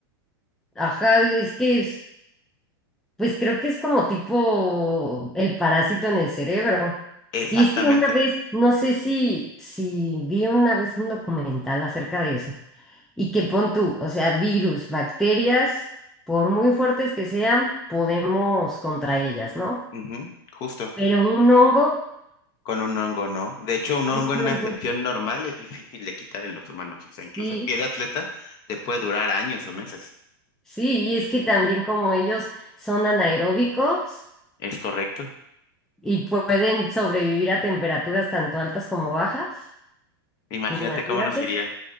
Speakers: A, in the centre; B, on the left (about 30°).
A: Ajá, es que es- pues creo que es como tipo el parásito en el cerebro.
B: Exactamente.
A: Y es que una vez, no sé si, si vi una vez un documental acerca de eso. Y que pon tú, o sea, virus, bacterias, por muy fuertes que sean, podemos contra ellas, ¿no?
B: Ujú, Justo.
A: Pero un hongo,
B: Con un hongo, ¿no? De hecho, un hongo
A: un
B: en una
A: hongo,
B: infección normal es difícil de quitar en los humanos. O sea, incluso
A: sí.
B: el pie de atleta te puede durar años o meses.
A: Sí, y es que también como ellos son anaeróbicos
B: Es correcto.
A: y pueden sobrevivir a temperaturas tanto altas como bajas,
B: Imagínate
A: imagínate,
B: cómo nos iría.